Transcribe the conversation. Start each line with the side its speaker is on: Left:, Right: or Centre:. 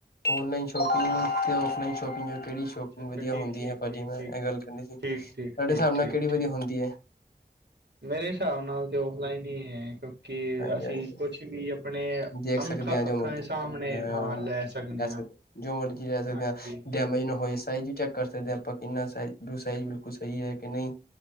Left: ਔਨਲਾਈਨ ਸ਼ੋਪਿੰਗ ਤੇ ਔਫਲਾਈਨ ਸ਼ੋਪਿੰਗ ਜੋ ਕਿਹੜੀ ਸ਼ੋਪਿੰਗ
Right: ਅੱਛਾ ਅੱਛਾ
Left: ਵਧੀਆ
Right: ਠੀਕ
Left: ਹੁੰਦੀ
Right: ਠੀਕ
Left: ਹੈ? ਭਾਜੀ
Right: ਠੀਕ
Left: ਮੈਂ
Right: ਠੀਕ
Left: ਇਹ ਗੱਲ ਕਰਨੀ ਸੀ,
Right: ਠੀਕ
Left: ਤੁਹਾਡੇ
Right: ਠੀਕ ਠੀਕ
Left: ਹਿਸਾਬ ਨਾਲ
Right: ਠੀਕ
Left: ਕਿਹੜੀ ਵਧੀਆ
Right: ਠੀਕ
Left: ਹੁੰਦੀ ਐ?
Right: ਮੇਰੇ ਹਿਸਾਬ ਨਾਲ ਤੇ ਆਫਲਾਈਨ ਹੀ ਹੈ, ਕਿਉਂਕਿ
Left: ਹਾਂਜੀ
Right: ਅਸੀਂ
Left: ਹਾਂਜੀ
Right: ਕੁਛ ਵੀ ਆਪਣੇ
Left: ਦੇਖ
Right: ਅੰਖਾਂ
Left: ਸਕਦੇ ਹਾਂ ਜੋ
Right: ਅੱਖਾਂ
Left: ਮਰਜੀ
Right: ਦੇ ਸਾਹਮਣੇ
Left: ਅ
Right: ਹਾਂ ਲੈ
Left: ਲੈ ਸਕਦੇ
Right: ਹਾਂ
Left: ਜੋ ਮਰਜੀ ਲੈ ਸਕਦੇ
Right: ਹਾਂਜੀ
Left: ਹਾਂ
Right: ਹਾਂਜੀ
Left: ਡੈਮੇਜ ਨਾ ਹੋਏ ਸਾਈਜ਼ ਵੀ ਚੈੱਕ ਕਰ ਸਕਦੇ ਹਾਂ, ਆਪਾਂ ਕਿੰਨਾ ਸਈਜ਼ ਬਿਲਕੁਲ ਸਹੀ ਹੈ ਕਿ ਨਹੀਂ।